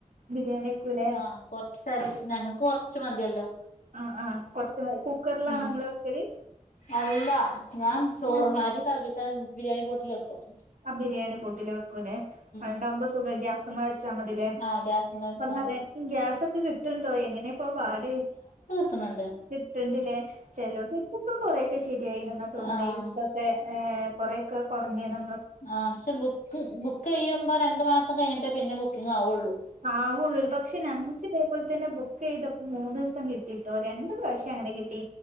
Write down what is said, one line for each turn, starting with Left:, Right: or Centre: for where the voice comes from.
Right: ബിരിയാണിയേക്കൂലേ
Left: ആഹ് കൊർച്ചര്യും ഞങ്ങക്ക് കൊർച് മത്യല്ലോ
Right: ആഹ് ആഹ് കൊർച് മതി. കുക്കറിലാണൊങ്ങള്
Left: ഉം
Right: വെക്കല്
Left: അല്ല. ഞാൻ ചോ
Right: ആഹ്
Left: അരി തളപ്പിച്ചാൻ ബിരിയാണി പോട്ടിലെക്കും
Right: ആ ബിരിയാണി പോട്ടില വെക്കു ലെ. അഹ്ണ്ടാവുമ്പോ
Left: ഉം
Right: സുഖ ഗ്യാസ്മെ വച്ചാ മതിലേ <unintelligible>
Left: ആഹ് ഗ്യാസ്മ്മെ വെച്ചാ
Right: പറയാ
Left: മതി
Right: ഗ്യാസൊക്കെ കിട്ടുണ്ടോ എങ്ങനെ ഇപ്പോ പാട്
Left: കിന്നുണ്ട്
Right: കിട്ടണ്ടി ല്ലേ ചെലെട്ത്ത് ഇപ്പ കൊറെക്കെ ശരിയായിണ് എന്ന തോന്നണേ
Left: ആഹ്
Right: യുധൊക്കെ ഏഹ് കൊറെക്ക കുറന്നിന്
Left: ആഹ് പക്ഷെ ബുക്ക് ബുക്ക് ചെയ്യുമ്പോ രണ്ടു മാസം കഴിഞ്ഞിട്ടേ പിന്നെ ബുക്കിംഗ ആവുള്ളു
Right: ആവുള്ളൂ പക്ഷെ ഞങ്ങൾക്ക് ഇതേപോലെ തന്നെ ബുക്ക് ചെയ്ത മൂന്ന് സം കിട്ടിയിട്ടോ രണ് പ്രാവശ്യം അങ്ങനെ കിട്ടി